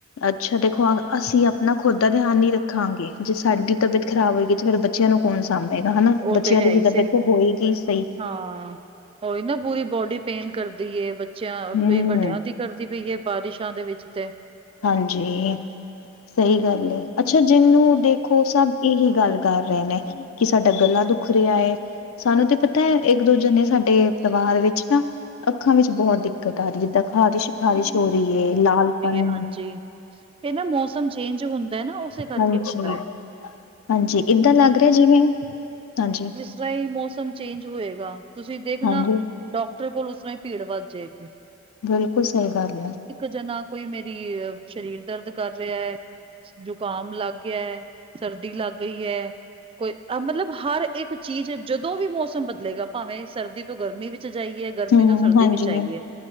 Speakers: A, on the left; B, on the right.
A: ਅੱਛਾ ਦੇਖੋ ਅਸੀ ਆ ਨਾ ਖੁਦ ਦਾ ਧਿਆਨ ਨੀ ਰੱਖਾਂਗੇ ਜੇ ਸਾਡੀ ਤਬੀਅਤ ਖਰਾਬ ਹੋਏਗੀ ਤੇ ਫਿਰ ਬ ਬੱਚਿਆਂ ਨੂੰ ਕੌਣ ਸਾਂਭੇਗਾ ਹਨਾ
B: ਉਹ
A: ਦੀ
B: ਤੇ ਹੈ
A: ਵੀ
B: ਹੀ ਸਹੀ
A: ਤਬੀਅਤ ਹੋਏਗੀ ਸਈ।
B: ਹਾਂ ਉਹੀ ਨਾ ਪੂਰੀ ਬੋਡੀ ਪੇਨ ਕਰਦੀ ਏ ਬੱਚਿਆਂ
A: ਹੂੰ
B: ਵੀ ਵੱਡਿਆਂ ਦੀ ਕਰਦੀ ਪਈ ਏ ਬਾਰਿਸ਼ਾਂ ਦੇ ਵਿੱਚ ਤੇ
A: ਹਾਂਜੀ ਸਈ ਗੱਲ ਏ ਅੱਛਾ ਜਿਨੂੰ ਦੇਖੋ ਸਭ ਇਹੀ ਗੱਲ ਕਰ ਰਏ ਨੇ ਕਿ ਸਾਡਾ ਗਲਾ ਦੁਖ ਰਿਆ ਏ। ਸਾਨੂੰ ਤੇ ਪਤਾ ਇੱਕ ਦੂਜੇ ਨੇ ਸਾਡੇ ਪਰਿਵਾਰ ਵਿੱਚ ਨਾ ਅੱਖਾਂ ਵਿੱਚ ਬਹੁਤ ਦਿੱਕਤ ਆ ਰਈ ਏ ਜਿੱਦਾਂ ਖ਼ਾਰਿਸ਼ ਖ਼ਾਰਿਸ਼ ਹੋ ਰਈ ਏ ਲਾਲ ਪਨ
B: ਹਾਂਜੀ ਜੀ ਏ ਨਾ ਮੌਸਮ ਚੇਂਜ ਹੁੰਦਾ ਨਾ ਉਸੇ ਕਰਕੇ
A: ਹਾਂਜੀ
B: ਹੁੰਦਾ ਐ।
A: ਹਾਂਜੀ ਏਦਾਂ ਲੱਗ ਰਿਆ ਜਿਵੇਂ ਹਾਂਜੀ।
B: ਸਈ ਮੌਸਮ ਚੇਂਜ ਹੋਏਗਾ ਤੁਸੀ ਦੇਖਣਾ।
A: ਹਾਂਜੀ
B: ਡਾਕਟਰ ਕੋਲ ਉਸ ਸਮੇ ਭੀੜ ਵੱਧ ਜਾਏਗੀ।
A: ਬਿਲਕੁਲ ਸਈ ਗੱਲ ਆ।
B: ਜ ਨਾ ਕੋਈ ਮੇਰੀ ਅ ਸਰੀਰ ਦਰਦ ਕਰ ਰਿਆ ਐ ਜੋ ਜ਼ੁਕਾਮ ਲੱਗ ਗਿਆ ਸਰਦੀ ਲੱਗ ਗਈ ਐ। ਕੋਈ ਮਤਲਬ ਹਰ ਇੱਕ ਚੀਜ਼ ਜਦੋਂ ਵੀ ਮੌਸਮ ਬਦਲੇਗਾ ਭਾਵੇਂ ਸਰਦੀ ਤੋਂ ਗਰਮੀ ਵਿੱਚ ਜਾਈਏ। ਗਰਮੀ
A: ਹਮ
B: ਤੋਂ ਸਰਦੀ
A: ਹਾਂਜੀ
B: ਵਿੱਚ ਆਈਏ